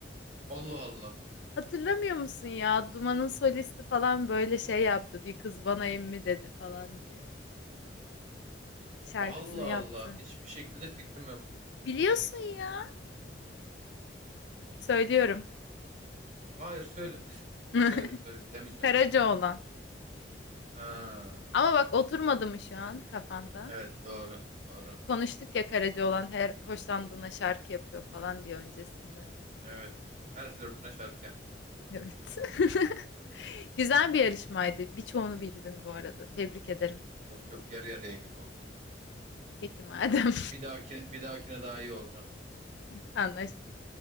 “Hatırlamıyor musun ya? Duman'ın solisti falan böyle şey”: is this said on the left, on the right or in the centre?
Left